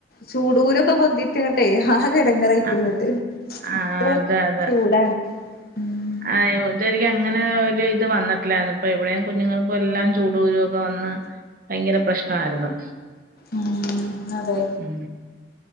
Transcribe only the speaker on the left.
ചൂടൂകുരൊക്കെ പൊന്തി റ്റ്ങ്ങട്ടെ ആകെ എടങ്ങറയിക്കുന്ന്ങ്ങട്ട്
അത്ര
ചൂടാണ്. ഉം
ഉം അതെ